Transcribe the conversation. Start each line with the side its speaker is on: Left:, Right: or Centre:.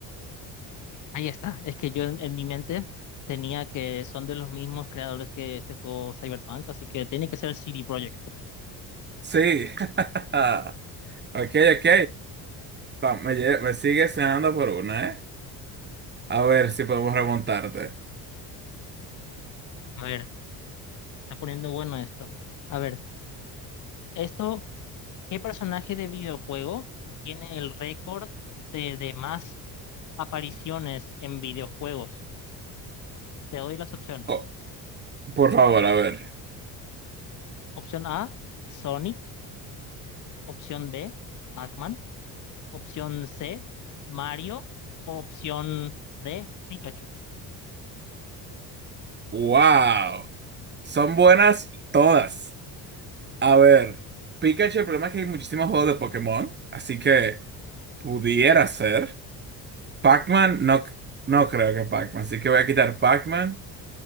Left: Ahí está, es que yo en, en mi mente tenía que son de los mismos creadores que este juego Cyberpunk, así que tiene que ser CD Projekt.
Right: Sí. <laughs> Ok, ok. Va, me, lle- me sigue cenando por una, ¿eh? A ver si podemos remontarte.
Left: A ver, Está poniendo bueno esto. A ver, esto, ¿qué personaje de videojuego tiene el récord de, de más apariciones en videojuegos? Te doy las opciones.
Right: Oh, por favor, a ver.
Left: Opción A, Sonic. Opción B, Pac-Man. Opción C, Mario. Opción D, Pikachu.
Right: ¡Wow! Son buenas todas. A ver. Pikachu, el problema es que hay muchísimos juegos de Pokémon, así que pudiera ser. Pac-Man, no, c- no creo que Pac-Man, así que voy a quitar Pac-Man.